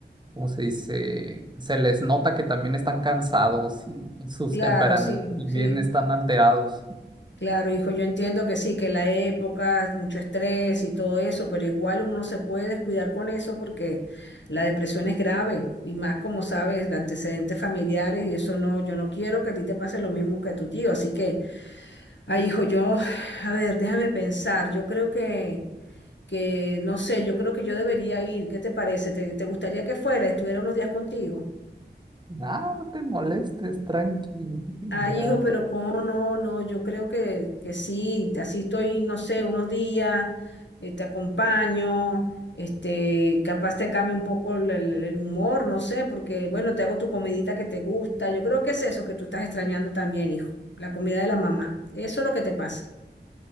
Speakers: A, on the right; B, on the left.
A: ¿cómo se dice? Se les nota que también están cansados y sus
B: Claro,
A: temperamentos
B: sí,
A: también
B: sí,
A: están alterados.
B: claro, hijo. Yo entiendo que sí, que la época, mucho estrés y todo eso, pero igual uno no se puede descuidar con eso porque la depresión es grave y más como sabes, de antecedentes familiares y eso no, yo no quiero que a ti te pase lo mismo que a tu tío. Así que... Ay, hijo, yo, a ver, déjame pensar. Yo creo que, que, no sé, yo creo que yo debería ir. ¿Qué te parece? ¿Te, te gustaría que fuera, estuviera unos días contigo?
A: nada no te molestes, tranqui. <laughs>
B: Ay,
A: Ya,
B: hijo, pero cómo no, no, yo creo que, que sí, así estoy, no sé, unos días, eh, te acompaño, este, capaz te cambie un poco el, el- el humor, no sé, porque, bueno, te hago tu comidita que te gusta. Yo creo que es eso que tú estás extrañando también, hijo, la comida de la mamá. Eso es lo que te pasa.